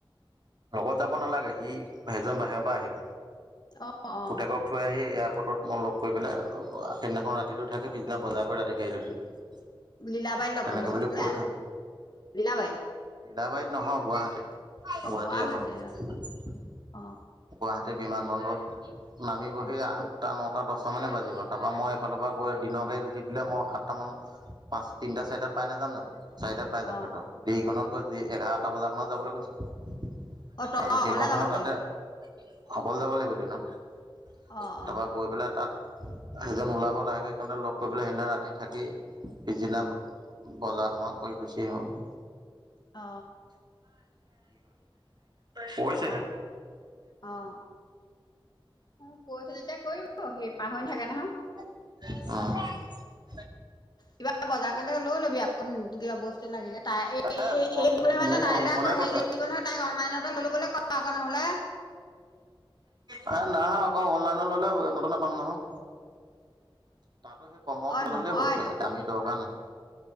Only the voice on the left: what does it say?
অ অ
লীলবাইত লগকৰিবলে
গৈছিলি
ন লীলবাই?
গুৱাহাটীত
অ
অ
অ
অ
অ
তই
অকলে যাব
লাগিব
অ অ
অ
অ অ অ পইচা যেতিয়া কৰিব সি পাহৰি থাকে নহয়
কিবা বজাৰ কৰিলে লৈ ল'বি আকৌ কিবা বস্তু লাগিলে তাই এই
এই বোলে মানে
তাইলৈ
আকৌ
হেৰি লাগিব নহয় তাইক অনলাইনতে ললোবলে ক আকৌ নহলে
অ নহয়
ধ